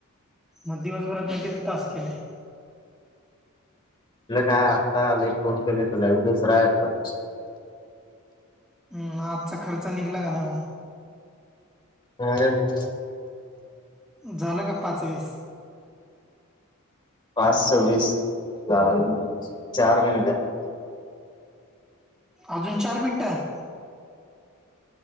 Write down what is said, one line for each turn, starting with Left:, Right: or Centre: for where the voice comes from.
Centre: मग दिवसभरात किती टास्क केले?
Left: आपलं कायं, आत्ता आलंय फोन केले तुला दुसरं हाय आता.
Centre: हम्मं, आजचां खर्च निघला कां नाहीं मगं?
Left: नाही अजून.
Centre: झालं कां पांच, वीस?
Left: पांच -सव्वीस झालं, चार मिनिटं
Centre: अजूंन चार मिनिटं?